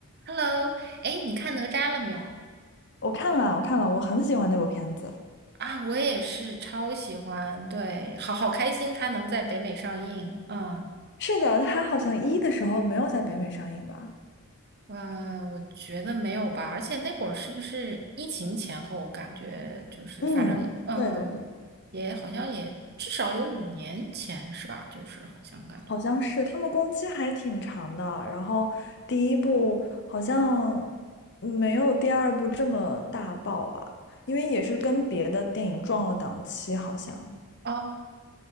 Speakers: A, on the right; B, on the left.
A: Hello，哎，你看哪吒了没有？
B: 我看了，我看了，我很喜欢那部片子。
A: 啊，我也是超喜欢，对，好好开心，他能在北美上映。嗯，
B: 是的，它好像一的时候没有在北美上映吧？
A: 呃，我觉得没有吧，而且那会儿是不是疫情前后？我感觉就是，
B: 嗯，
A: 反正嗯，
B: 对对对，
A: 也好像也至少有五年前是吧？就是好像感觉。
B: 好像是。他们工期还挺长的，然后第一部好像没有第二部这么大爆吧，因为也是跟别的电影撞了档期，好像。
A: 哦，